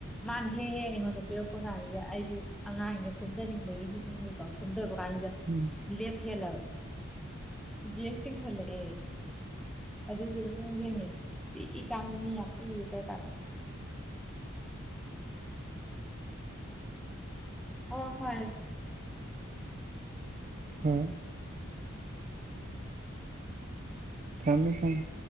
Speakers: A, in the centre; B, on the right.
A: ꯃꯥꯅ ꯍꯦꯛ ꯍꯦꯛ ꯑꯩꯉꯣꯟꯗ ꯄꯤꯔꯛꯄ ꯀꯥꯟꯁꯤꯗ ꯑꯩꯁꯨ ꯑꯉꯥꯡꯅꯦ ꯀꯨꯝꯊꯅꯤꯡꯕꯒꯤ ꯍꯦꯛꯅꯤꯡꯉꯀꯣ ꯀꯨꯝꯊꯕ ꯀꯥꯟꯁꯤꯗ
B: ꯎꯝ
A: ꯂꯦꯞꯍꯦꯜꯂꯕ ꯆꯤꯆꯦꯅ ꯆꯤꯡꯈꯠꯂꯛ ꯑꯦ ꯑꯗꯨꯁꯨ ꯑꯗꯨꯝ ꯅꯤꯡꯁꯤꯡꯉꯤꯦ ꯄꯤꯛꯏ ꯀꯥꯟꯗꯅꯤ ꯌꯥꯝ ꯄꯤꯛꯏꯏ ꯀꯥꯟꯗ ꯍ ꯐꯦ
B: ꯍꯣꯏ ꯊꯝꯃꯦ ꯊꯝ